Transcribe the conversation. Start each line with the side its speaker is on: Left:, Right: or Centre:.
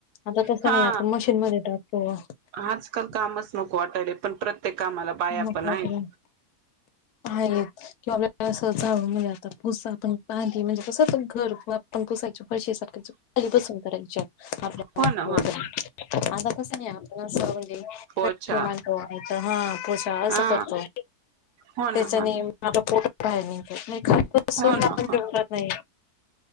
Left: आतातसं
Right: हा
Left: नाही आपण मशीनमध्ये टाक हा केव्हा
Right: आजकाल कामच नको वाटायला पण प्रत्य ते कामाला बाया
Left: नको
Right: पण
Left: वाटलं
Right: आहेत.
Left: आहेत, किंवा आपण जाळून म्हणजे आता पुसायची, आपण खाली म्हणजे कसच घर आपण पुसायच फरशी खाली बसून करायच्या. <unintelligible>
Right: हो ना हो ना
Left: आता तस नाही आप जावई
Right: पोछा
Left: <unintelligible> तर हा पूजा असं
Right: हा
Left: करतो.
Right: हो
Left: त्याच्याने
Right: ना हो ना
Left: आता पोटात <unintelligible> खाली बसून
Right: हो ना
Left: आपण
Right: हो
Left: जेवत
Right: ना
Left: नाही.